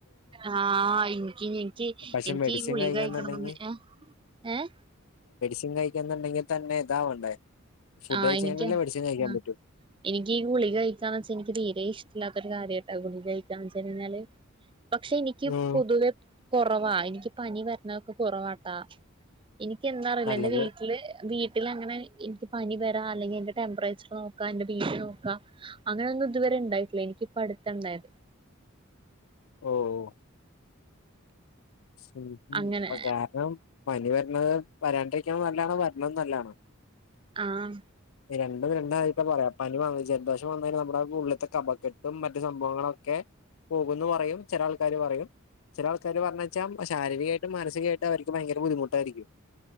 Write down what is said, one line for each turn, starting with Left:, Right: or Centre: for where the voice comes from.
Right: ആഹ് എനിക്ക് എനിക്ക്
Left: പക്ഷെ
Right: എനിക്കീ
Left: മെഡിസിൻ
Right: ഗുളിക
Left: കഴിക്കാന്നുണ്ടെങ്കി
Right: കഴിക്കണമെന്നൊന്നും ഏഹ്
Left: <unintelligible> കഴിക്കണന്നുണ്ടെങ്കിൽ തന്നെ ഇതാവണ്ടേ ഫുഡ്
Right: ആഹ്
Left: കഴിച്ച്
Right: എനിക്ക്
Left: കഴിഞ്ഞല്ലേ മെഡിസിൻ കഴിക്കാൻ
Right: ആ
Left: പറ്റൂ
Right: എനിക്ക് ഈ ഗുളിക കഴിക്കാന്ന് വെച്ചാ എനിക്ക് തീരെ ഇഷ്ടമല്ലാത്തൊരു കാര്യായിട്ടാ ഗുളിക കഴിക്കാന്നു വെച്ച് കഴിഞ്ഞാലു പക്ഷെ എനിക്ക്
Left: ഉം.
Right: പൊതുവെ കുറവാ എനിക്ക് പനി വരണതൊക്കെ കുറവാട്ടാ എനിക്ക് എന്താന്ന് അറിയില്ല
Left: നല്ലത്
Right: എന്റെ വീട്ടില് വീ പിന്നെ അങ്ങനെ <unintelligible> പനി വരാ അല്ലെങ്കിൽ എന്റെ ടെംമ്പറേച്ചർ നോക്കാ എന്റെ ബി പി നോക്കാ അങ്ങനെ ഒന്നും ഇതുവരെ ഇണ്ടായിട്ടില്ല എനിക്ക്പ്പ അടുത്ത ഉണ്ടായത്
Left: ഓ ഓ <unintelligible>
Right: അങ്ങനെ
Left: ഉപകാരം പനി വരണത് വരാണ്ടിരിക്കനേം നല്ലതണ് വരണ നല്ലതണ്
Right: ആഹ്
Left: രണ്ടും രണ്ട് ആയിപ്പോ പറയാ പനി <unintelligible> ജലദോഷം വന്നാൽ നമ്മുടെ ഉള്ളിലത്തെ കഫക്കെട്ടും മറ്റു സംഭവങ്ങളൊക്കെ പോകുന്ന് പറയും ചില ആൾക്കാാര് പറയും ചില ആൾക്കാര് പറഞ്ഞു വച്ചാൽ ശാരീരിമായിട്ടും മാനസികമായിട്ടും അവർക്ക് ഭയങ്കര ബുദ്ധിമുട്ടായിരിക്കും